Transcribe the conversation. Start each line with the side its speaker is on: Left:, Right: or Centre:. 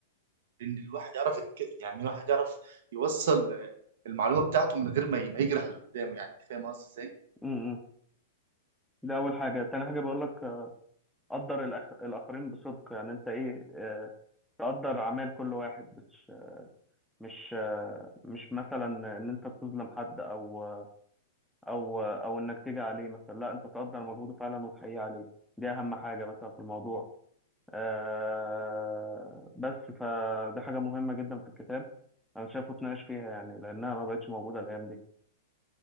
Right: ان الواحد يعرف يتك- يعني الواحد يعرف يوصل المعلومه بتاعته من غير ما ي- ما يجرح اللي قدامه يعني فاهم قصدي ازاي؟
Centre: امم ده أول حاجة تاني حاجة بقول لك آه، قدر الأخ... الآخرين بصدق يعني أنت إيه آه، تقدر أعمال كل واحد مش مش آه، مش مثلا إن أنت تظلم حد أو أو أو إنك تيجي عليه مثلا لا أنت تقدر مجهوده فعلا وتحييه عليه دي أهم حاجة مثلا في الموضوع آه بس فدي حاجة مهمة جدا في الكتاب أنا شايفه اتناقش فيها يعني لأنها ما بقتش موجودة الأيام دي